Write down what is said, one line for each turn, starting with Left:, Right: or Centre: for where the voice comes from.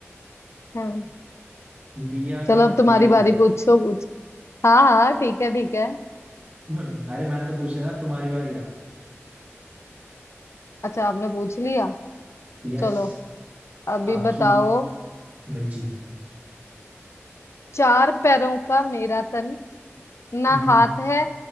Left: हाँ
Right: दिया
Left: चलो
Right: भी
Left: अब तुम्हारी
Right: दिया ही
Left: बारी
Right: है
Left: पूछो पूछ हाँ हाँ ठीक है ठीक है
Right: हम्म, अरे मैंने तो पूछा ना तुम्हारी बारी है
Left: अच्छा आपने पूछ लिया
Right: यस
Left: चलो अभी
Right: आपकी
Left: बताओ
Right: बज्जी
Left: चार पैरों का मेरा तन ना
Right: हम्म
Left: हाथ है